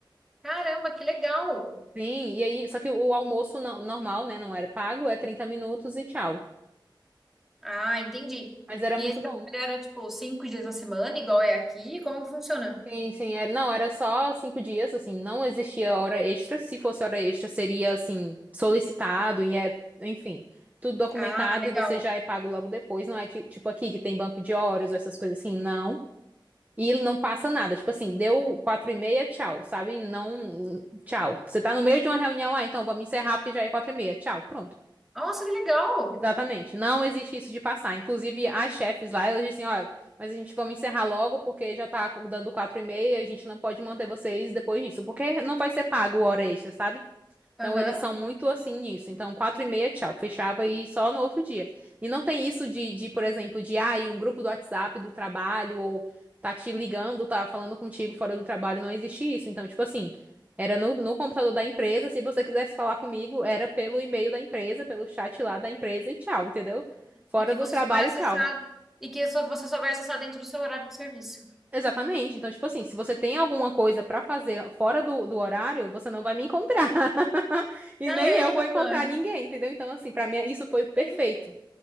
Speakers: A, in the centre; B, on the right.
A: Caramba, que legal.
B: Sim, e aí, só que o almoço não- normal, né? Não era pago, é 30 minutos e tchau.
A: Ah, entendi.
B: Mas era
A: E
B: muito
A: esse
B: bom.
A: trabalho era tipo cinco dias na semana, igual é aqui? Como que funciona?
B: Sim, sim, é, não, era só cinco dias, assim, não existia hora extra. Se fosse hora extra, seria, assim, solicitado e é, enfim, tudo documentado
A: Ah, legal.
B: e você já é pago logo depois. Não é que, tipo, aqui que tem banco de horas ou essas coisas assim, não. E não passa nada, tipo assim, deu quatro e meia, tchau, sabe? Não, tchau. Você tá no meio de uma reunião, ah, então vamos encerrar porque já é quatro e meia, tchau, pronto.
A: Nossa, que legal.
B: Exatamente. Não existe isso de passar. Inclusive, as chefes lá, elas dizem, ó, mas a gente vamos encerrar logo porque já tá dando quatro e meia, a gente não pode manter vocês depois disso, porque não vai ser pago hora extra, sabe? Então
A: Aham.
B: eles são muito assim nisso. Então, quatro e meia, tchau. Fechava e só no outro dia. E não tem isso de, de, por exemplo, de ah, e um grupo do WhatsApp do trabalho, ou tá te ligando, tá falando contigo fora do trabalho, não existe isso. Então, tipo assim, era no, no computador da empresa. Se você quisesse falar comigo, era pelo e-mail da empresa, pelo chat lá da empresa e tchau, entendeu? Fora
A: E que
B: do
A: você
B: trabalho,
A: só vai acessar,
B: tchau.
A: e que só- você só vai acessar dentro do seu horário de serviço.
B: Exatamente. Então, tipo assim, se você tem alguma coisa pra fazer fora do, do horário, você não vai me encontrar. <laughs> E
A: Caramba!
B: nem eu vou encontrar ninguém, entendeu? Então, assim, pra mim isso foi perfeito.
A: Sim.